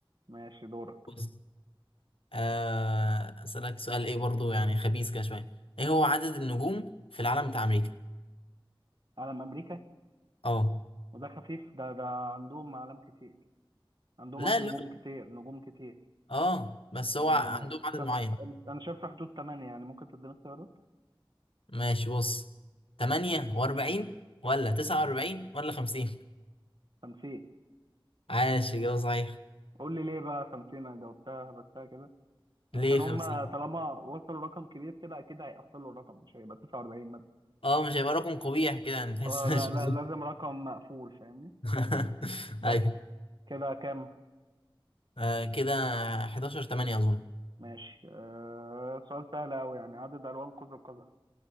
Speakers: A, on the right; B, on the left.
A: ماشي دورك
B: بص آه، أسألك سؤال إيه برضو يعني خبيث كده شوية إيه هو عدد النجوم في العالم بتاع أمريكا؟
A: علم امريكا
B: أه
A: وده خفيف ده ده عندهم اعلام كتير عندهم
B: لا
A: قصدي
B: اللي
A: نجوم
B: هو
A: كتير نجوم كتير
B: أه بس هو
A: يعني
B: عندهم عدد
A: ف-
B: معين
A: انا شايف في حدود 8 يعني ممكن تديني اختيارات
B: ماشي بص تمانية وأربعين ولا تسعة وأربعين ولا خمسين
A: 50
B: عاش إجابة صحيحة
A: قول لي ليه بقى 50 انا جاوبتها هبتها كده عشان
B: ليه خمسين؟
A: هم طالما وصلوا رقم كبير كده اكيد هيقفلوا الرقم مش هيبقى 49 مثلا
B: أه مش هيبقى رقم قبيح كده يعني تحس
A: اه
B: <laughs>
A: لا
B: مش
A: لا لازم رقم مقفول فاهمني
B: <laughs>
A: بس
B: ايوه
A: كده كام
B: آه كده 11 8 اظن
A: ماشي آه سؤال سهل قوي يعني عدد الوان قوس قزح